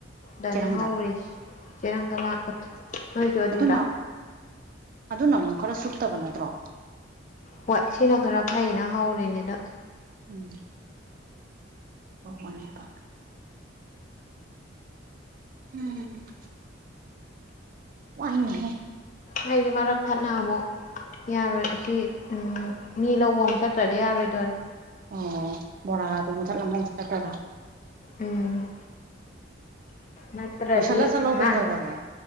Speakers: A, on the left (about 40°); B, on the right (about 45°).
A: ꯗꯅꯦ
B: ꯆꯦꯔꯪꯗ
A: ꯍꯥꯎ ꯎꯔꯤꯁꯤ ꯆꯦꯔꯪ ꯀ ꯂꯥꯄꯠ ꯂꯣꯏꯖ
B: ꯑꯗꯨꯅ
A: ꯔ
B: ꯑꯗꯨꯅ ꯑꯃꯨꯛ ꯈꯔ ꯁꯨꯞꯇꯕ ꯅꯠꯇ꯭ꯔꯣ
A: ꯍꯣꯏ ꯁꯤꯅ ꯈꯔ ꯐꯩꯅ ꯍꯧꯔꯤꯅꯤꯗ
B: ꯎꯝ ꯑ ꯐꯅꯦꯦꯗ ꯎꯝ ꯋꯥꯏꯅꯦꯍꯦ
A: ꯍꯥꯏꯗꯤ ꯃꯔꯛ ꯊꯠꯅ ꯑꯃꯨ ꯌꯥꯔꯣꯏ ꯁꯤ ꯎꯝ ꯃꯤ ꯂꯧꯕ ꯑꯃ ꯆꯠꯇ꯭ꯔꯗꯤ ꯌꯥꯔꯣꯏꯗꯣꯏꯅꯦ
B: ꯑꯣ ꯕꯣꯔꯥ ꯑꯗꯨ ꯃ ꯆꯠꯂꯝꯉꯥꯏ ꯆꯠꯄꯔꯥ
A: ꯎꯝ ꯅꯠꯇ꯭ꯔꯗꯤ
B: ꯂꯣꯏꯁꯤꯜꯂ ꯆꯠꯂꯣ
A: ꯍꯥ
B: ꯀꯩꯗꯧꯔꯒꯦ